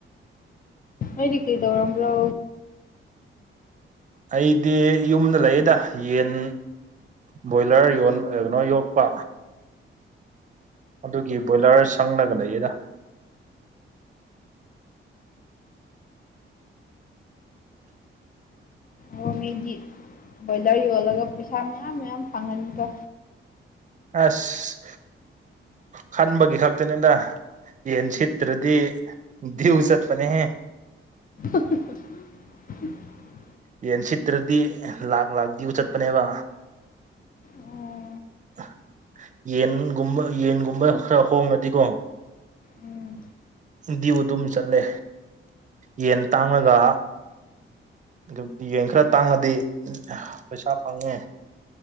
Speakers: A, on the left (about 40°); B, on the right (about 35°).
A: ꯑꯗꯤ ꯀꯩ ꯇꯧꯔꯝ꯭ꯔꯣ
B: ꯑꯩꯗꯤ ꯌꯨꯝꯗ ꯂꯩꯌꯦꯗ ꯌꯦꯟ ꯕꯣꯏꯂꯔ ꯌꯣꯟ ꯀꯩꯅꯣ ꯌꯣꯛꯄ ꯑꯗꯨꯒꯤ ꯕꯣꯏꯂꯔ ꯁꯪꯅꯒ ꯂꯩꯌꯦꯗ
A: ꯑꯣ ꯃꯤꯗꯤ ꯕꯣꯏꯂꯔ ꯌꯣꯜꯂꯒ ꯄꯩꯁꯥ ꯃꯌꯥꯝ ꯃꯌꯥꯝ ꯐꯪꯉꯅꯤꯗꯣ
B: ꯑꯁ ꯈꯟꯕꯒꯤ ꯈꯛꯇꯅꯤꯗ ꯌꯦ ꯆ ꯇ꯭ꯔꯗꯤ ꯎ ꯆꯠꯄꯅꯦ ꯍ
A: <unintelligible>
B: ꯌꯦꯟ ꯁꯤꯠꯇ꯭ꯔꯗꯤ ꯂꯥꯛ ꯂꯥꯛꯗꯤꯕꯨ ꯆꯠꯄꯅꯦꯕ
A: ꯑꯣ
B: ꯑ ꯌꯦꯟꯒꯨꯝꯕ ꯌꯦꯟꯒꯨꯝꯕ ꯈꯔ ꯍꯣꯡꯉꯗꯤꯀꯣ
A: ꯎꯝ
B: ꯗꯤꯌꯨ ꯑꯗꯨꯝ ꯆꯠꯂꯦ ꯌꯦꯟ ꯇꯥꯡꯂꯒ ꯑꯗꯨꯕꯨꯗꯤ ꯌꯦꯟ ꯈꯔ ꯇꯥꯡꯉꯗꯤ ꯄꯩꯁꯥ ꯐꯪꯉꯦ